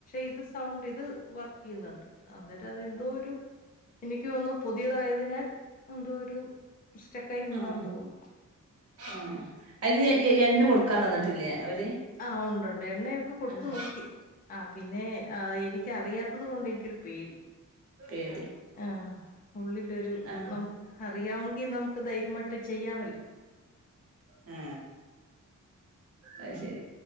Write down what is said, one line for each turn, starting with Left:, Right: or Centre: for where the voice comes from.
Left: ഇത് സൗണ്ട് ഇത് വർക്ക് ചെയ്ന്ന്ണ്ട് അന്നേരം അത് എന്തോ ഒരു. എനിക്ക് തോന്നുന്നു പുതിയതായതിനാൽ എന്തോ ഒരു സ്റ്റെക്കായി നിന്നതാ
Right: ആഹ്
Left: തോന്നുന്നു.
Right: ആഹ് അയില് എ എണ്ണ കൊടുക്കാ തന്നിട്ടില്ലേ അവര്.
Left: ആഹ് ഉണ്ട് ഉണ്ട് എണ്ണയൊക്കെ കൊടുത്തു
Right: ആഹ്
Left: നോക്കി ആഹ് പിന്നെ ആഹ് എനി എനിക്കറിയാത്തത് കൊണ്ട് എനിക്കൊരു പേടി.
Right: പേടി.
Left: ആഹ് ഉള്ളിലൊരു
Right: ആഹ്
Left: നമുക്ക് അറിയാവെങ്കിൽ നമുക്ക് ധൈര്യമായിട്ട് ചെയ്യാമല്ലോ?
Right: ഹെ അഹ് ശരി.